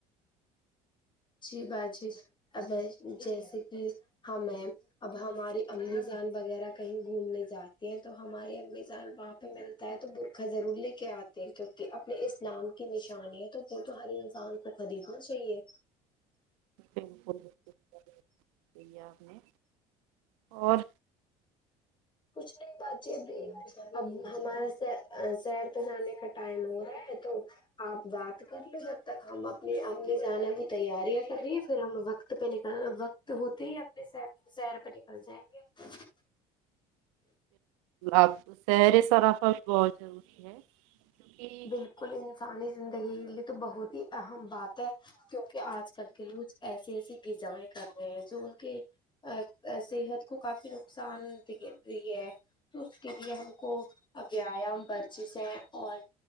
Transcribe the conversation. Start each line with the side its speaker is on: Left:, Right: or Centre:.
Left: جی باجی اب جیسے کہ ہمیں اب ہماری امی جان وغیرہ کہیں گھومنے جاتے ہیں تو ہمارے امی جان وہاں ملتا ہے تو برقہ ضرور لے کے آتے ہیں کیونکہ اپنے اسلام کی نشانی ہے تو وہ تو ہر انس کسان کو خریدنا چاہیے
Right: بلکل بالکل کہی آپ نے اور
Left: کچھ نہیں باجی اب اب ہمارا سحر سیر پہ جانے کا ٹائم ہو رہا ہے تو آپ بات کر لو جب تک ہم اپنی امی جانے کی تیاریاں کر رہی ہیں پھر ہم وقت وت پہ نکل وقت ہوتے ہی اپنے س سیر پہ نکل جائیں گے
Right: اب سہر سراف بھی بہت ضروری ہے کیونکہ
Left: بالکل انسانی زندگی کے لیے تو بہت ہی اہم بات ہے کیونکہ آج کل کے لوگ ایسی ایسی غذائیں کر رہے ہیں جو ان کے ا صحت کو کافی نقصان د ہے تو اس کے لیے ہم کو ویایام ورزش ہیں اور